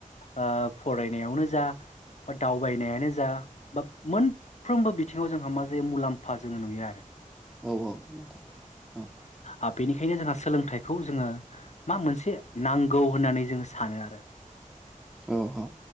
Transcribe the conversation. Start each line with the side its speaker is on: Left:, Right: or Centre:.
Left: आ फरायनायावनो जा बा दावबायनायानो जा बा मोनफ्रोमबो बि थिङाव जोंहा मा जे मुलाम्फा जोङो नुयो आरो।
Centre: औ-औ नोंथा औ
Left: आ बेनिखायनो जोंहा सोलोंथाइखौ जोङो मा मोनसे नांगौ होननानै जोङो सानो आरो <inaudible>
Centre: औ औ